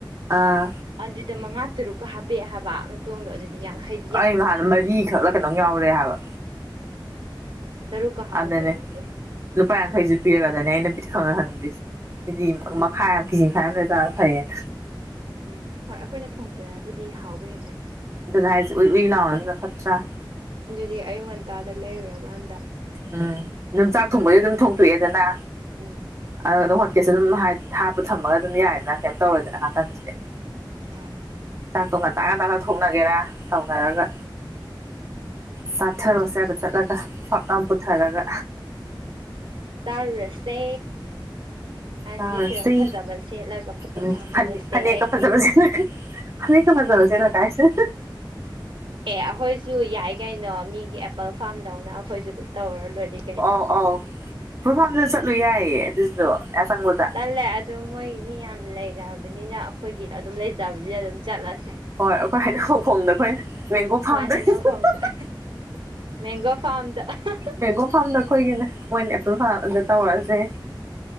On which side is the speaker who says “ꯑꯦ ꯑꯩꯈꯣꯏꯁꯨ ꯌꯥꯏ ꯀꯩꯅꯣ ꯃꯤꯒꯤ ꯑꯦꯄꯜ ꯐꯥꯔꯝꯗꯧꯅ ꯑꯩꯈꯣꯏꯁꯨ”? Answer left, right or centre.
Right